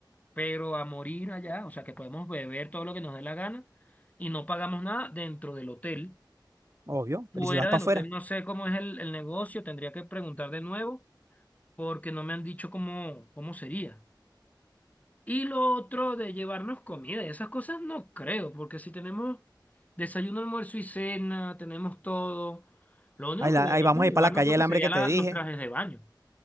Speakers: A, on the left; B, on the right.
A: pero a morir allá, o sea, que podemos beber todo lo que nos dé la gana y no pagamos nada dentro del hotel.
B: obvio,
A: Fuera
B: pero ¿y si vas para
A: del
B: afuera?
A: hotel no sé cómo es el, el negocio, tendría que preguntar de nuevo, porque no me han dicho cómo, cómo sería. Y lo otro de llevarnos comida y esas cosas no creo, porque si tenemos desayuno, almuerzo y cena, tenemos todo. Lo único
B: Ahí, la-
A: que deberíamos
B: ahí vamos a
A: llevarnos
B: ir para la calle
A: creo
B: del
A: que
B: hambre
A: sería
B: que
A: la-
B: te dije.
A: los trajes de baño.